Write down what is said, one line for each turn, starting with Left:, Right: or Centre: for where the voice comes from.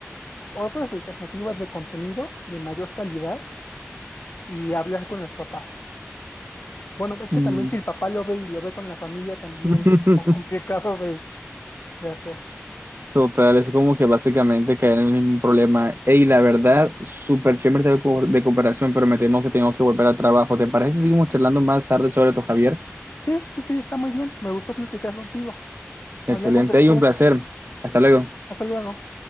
Left: otras alternativas de contenido de mayor calidad y hablar con los papás. Bueno, es que
Right: Mm.
Left: también si el papá lo ve y lo ve con la familia también
Right: <laughs>
Left: es como <laughs> complicado de, de hacer.
Right: Total, es como que básicamente caer en el mismo problema. Ey, la verdad, súper chévere de, co- de comparación, pero me temo que tengo que volver al trabajo. ¿Te parece si seguimos charlando más tarde sobre esto, Javier?
Left: Sí, sí, sí, está muy bien. Me gustó platicar contigo. Hablamos
Right: Excelente,
Left: después.
Right: y un placer. Hasta luego.
Left: Hasta luego.